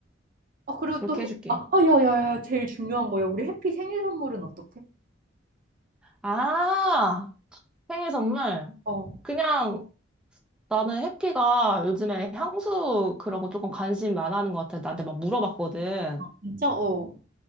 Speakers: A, on the right; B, in the centre.
A: 아, 그리고
B: 그렇게
A: 또, 해,
B: 해줄게.
A: 아, 아, 야, 야, 야, 제일 중요한 거야. 우리 해피 생일 선물은 어떻게?
B: 아, 생일 선물.
A: 어,
B: 그냥 나는 해피가 요즘에 향수 그런 거 조금 관심 많아 하는 것 같아. 나한테 막 물어봤거든.
A: 진짜, 어.